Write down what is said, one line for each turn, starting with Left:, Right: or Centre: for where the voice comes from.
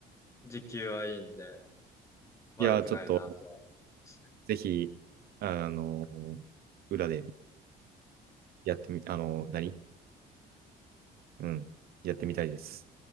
Left: 時給はいいんで悪くないなとは思います。
Right: いやー、ちょっと、ぜひ、あのー裏でやってみ、あの、何うん。やってみたいです。